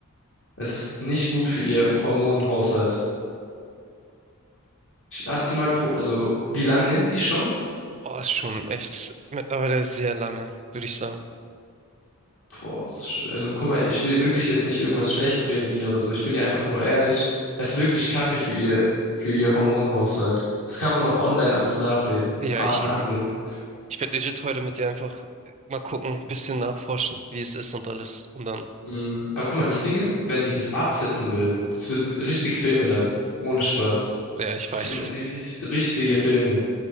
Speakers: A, on the left; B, on the right.
A: es ist nicht gut für ihr Hormonhaushalt. Ich- Hat sie mal, pro, also, wie lange nimmt die schon?
B: Oh, ist schon echt mittlerweile sehr lange, würde ich sagen.
A: Boah, es ist sch- also guck mal, ich will wirklich jetzt nicht irgendwas schlecht reden hier oder so. Ich bin ja einfach nur ehrlich. Es ist wirklich Kacke für ihr, für ihr Hormonhaushalt. Das kann man auch online alles nachlesen.
B: Ja,
A: Ah,
B: ich,
A: nachlesen.
B: ich werde legit heute mit dir einfach mal gucken, bisschen nachforschen, wie es ist und alles. Und dann,
A: Mm, aber guck mal, das Ding ist, wenn die das absetzen will, das wird richtig Filme dann. Ohne Spaß.
B: ja, ich
A: Das
B: weiß.
A: werden ri- ri- richtige Filme.